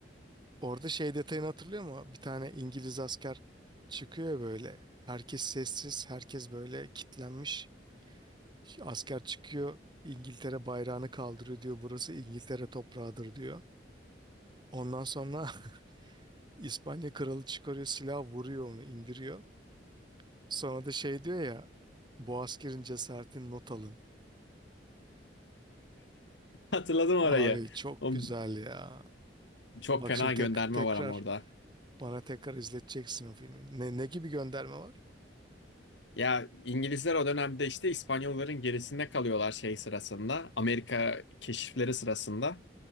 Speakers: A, on the right; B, on the left.
A: orada şey detayını hatırlıyor mu? Bir tane İngiliz asker çıkıyor böyle. Herkes sessiz, herkes böyle kitlenmiş. Asker çıkıyor, İngiltere bayrağını kaldırıyor diyor. Burası İngiltere toprağıdır diyor. Ondan sonra <laughs> İspanya kralı çıkarıyor, silah vuruyor onu, indiriyor. Sonra da şey diyor ya, bu askerin cesaretini not alın.
B: hatırladım
A: Abi
B: orayı.
A: çok
B: O
A: güzel ya.
B: çok
A: Bak
B: fena
A: şimdi tek,
B: gönderme
A: tekrar
B: var ama orada.
A: bana tekrar izleteceksin o filmi. Ne, ne gibi gönderme var?
B: Ya İngilizler o dönemde işte İspanyolların gerisinde kalıyorlar şey sırasında. Amerika keşifleri sırasında.